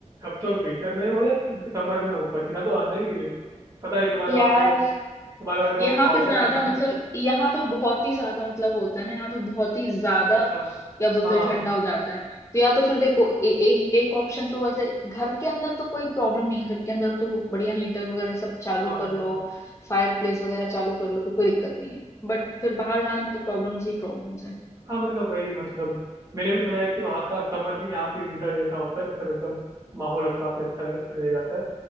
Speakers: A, on the right (about 25°); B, on the left (about 20°).
A: अब तो विंटर में हो या समर में हो पसीना तो आना ही है पता है तुम्हारे
B: यार
A: बाप का तुम्हारा
B: यहाँ
A: आउट
B: पे ज्यादा
A: ऑफ इंडिया
B: मतलब यहाँ पे बहुत ही ज्यादा मतलब वो होता है ना यहाँ पे बहुत ही ज्यादा
A: अच्छा
B: क्या बोलते
A: हाँ
B: हैं
A: हाँ
B: ठंडा हो जाता है तो या तो फिर देखो ए, ए, एक ऑप्शन तो वैसे घर के अंदर तो कोई प्रॉब्लम नहीं है घर के अंदर तो बढ़िया हीटर वगैरह सब चालू
A: हाँ हाँ
B: कर लो
A: हाँ हाँ
B: फायर प्लेस वगैरह चालू कर लो तो कोई दिक्कत नहीं है बट फिर बाहर जाने में तो प्रॉब्लम्स ही प्रॉब्लम्स है
A: हाँ, मतलब वही है, मतलब मैंने भी सुना है कि वहाँ का समर भी यहाँ के विंटर जैसा होता है मतलब एकदम माहौल अच्छा, काफी अच्छा रह, रह जाता है